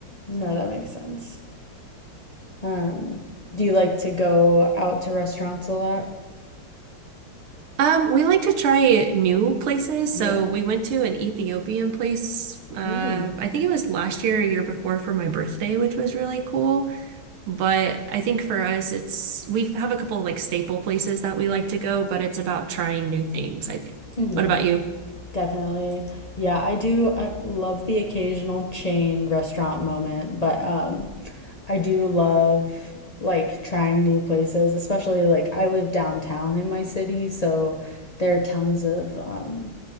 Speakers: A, on the left; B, on the right.
A: No, that makes sense. Um, do you like to go out to restaurants a lot?
B: Um, we like to try new places.
A: Yeah.
B: So we went to an Ethiopian place. Uh,
A: Ooh.
B: I think it was last year or year before for my birthday, which was really cool. But I think for us, it's we have a couple of like staple places that we like to go, but it's about trying new things, I think.
A: hmm
B: What about you?
A: Definitely. Yeah, I do I love the occasional chain restaurant moment, but um I do love like trying new places, especially like I live downtown in my city, so there are tons of um